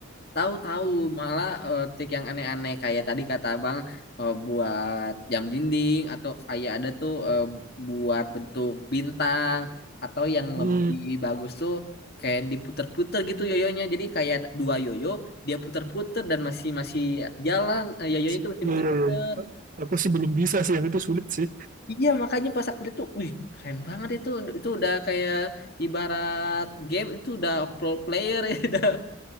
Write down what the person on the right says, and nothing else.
Hmm,
sih,
iya,
iya, iya. Aku sih belum bisa sih, yang itu sulit sih.